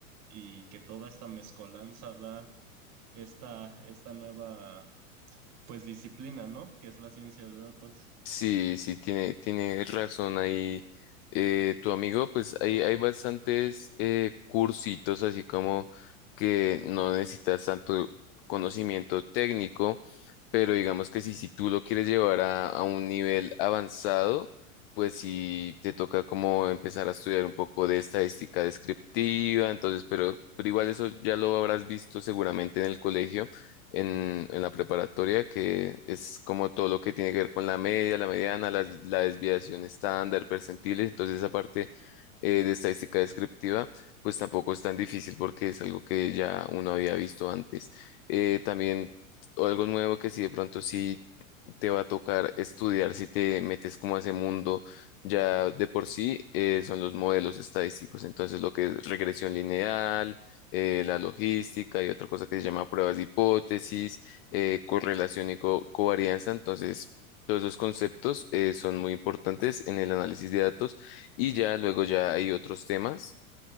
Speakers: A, on the right; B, on the left.
A: y que toda esta mezcolanza da esta, esta nueva, pues disciplina, ¿no? Que es la ciencia de datos.
B: Sí, sí, tiene, tiene razón ahí eh, tu amigo, pues hay, hay bastantes eh, cursitos así como que no necesitas tanto conocimiento técnico, pero digamos que si, si tú lo quieres llevar a, a un nivel avanzado, pues sí te toca como empezar a estudiar un poco de estadística descriptiva, entonces, pero, pero igual eso ya lo habrás visto seguramente en el colegio en, en la preparatoria, que es como todo lo que tiene que ver con la media, la mediana, la, la desviación estándar, percentiles. Entonces, esa parte eh, de estadística descriptiva, pues tampoco es tan difícil porque es algo que ya uno había visto antes. Eh, también algo nuevo que si de pronto sí te va a tocar estudiar, si te metes como a ese mundo ya de por sí, eh, son los modelos estadísticos. Entonces, lo que es regresión lineal eh, la logística y otra cosa que se llama pruebas de hipótesis, eh, correlación y co- covarianza. Entonces, todos esos conceptos eh, son muy importantes en el análisis de datos y ya luego ya hay otros temas,